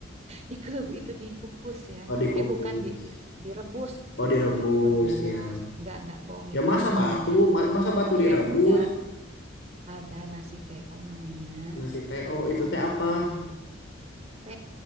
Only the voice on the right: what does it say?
di klub itu dikukus ya.
Eh bukan di direbus.
Klub itu rebus.
Enggak, enggak bohong
itu
bercandanya.
Iya,
enggak. Ada nasi TO namanya.
Mm-mm. T,